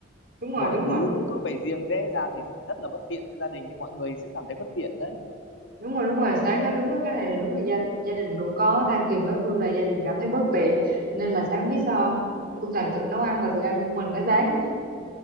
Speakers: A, on the right; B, on the left.
A: đúng rồi
B: mọi
A: đúng
B: thứ
A: rồi
B: cũng cứ phải riêng rẽ ra thì rất là bất tiện cho gia đình thì mọi người sẽ cảm thấy bất tiện đấy
A: đúng rồi đúng rồi sáng nói đúng đó, cái này là đúng là gia, gia đình cũng có than phiền với Phương là gia đình cảm thấy bất tiện nên là sáng biết sao không Phương toàn tự nấu ăn và tự ăn một mình ở sáng